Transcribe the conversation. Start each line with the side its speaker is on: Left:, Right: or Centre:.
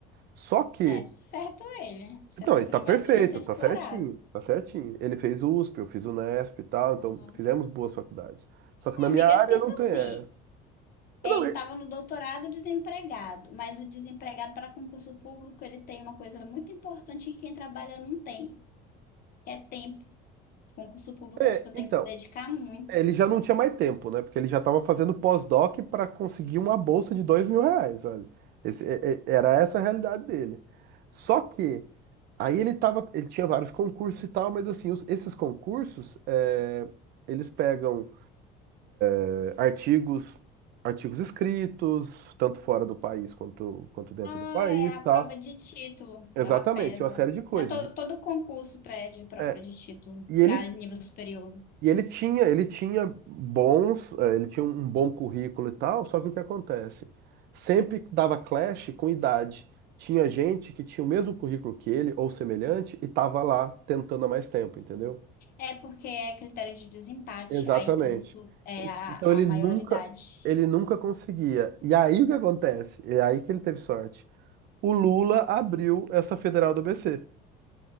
Right: Só que,
Left: É, certo ele. Setor
Right: não, ele
Left: privado
Right: tá perfeito,
Left: ele ia ser explorado.
Right: tá certinho, tá certinho. Ele fez USP, eu fiz UNESP e tal,
Left: Aham.
Right: então fizemos boas faculdades. Só que
Left: É,
Right: na minha
Left: amiga,
Right: área
Left: pensa
Right: não tem
Left: assim.
Right: essa.
Left: É,
Right: Não,
Left: ele
Right: é,
Left: estava no doutorado desempregado, mas o desempregado para concurso público, ele tem uma coisa muito importante que quem trabalha não tem, que é tempo. Concurso público,
Right: é,
Left: a pessoa tem
Right: então,
Left: que se dedicar muito.
Right: é, ele já não tinha mais tempo, né? Porque ele já estava fazendo pós-doc para conseguir uma bolsa de dois mil reais, sabe? Esse- é- é- era essa a realidade dele. Só que aí ele tava, ele tinha vários concursos e tal, mas assim, os- esses concursos, é, eles pegam é, artigos, artigos escritos, tanto fora do país quanto, quanto dentro
Left: Ah,
Right: do país,
Left: é a
Right: e
Left: prova
Right: tal.
Left: de título,
Right: Exatamente,
Left: ela pesa.
Right: uma série de coisas.
Left: É, todo, todo concurso pede prova
Right: É,
Left: de título
Right: e
Left: para
Right: ele
Left: nível superior.
Right: E ele tinha, ele tinha bons, eh, ele tinha um bom currículo e tal, só que o que acontece? Sempre dava clash com idade. Tinha gente que tinha o mesmo currículo que ele, ou semelhante, e tava lá tentando há mais tempo, entendeu?
Left: É porque é critério de desempate,
Right: Exatamente.
Left: aí tu, tu- é a,
Right: Então ele
Left: a maioridade.
Right: nunca, ele nunca conseguia. E aí o que acontece? É aí que ele teve sorte. O Lula abriu essa federal do ABC.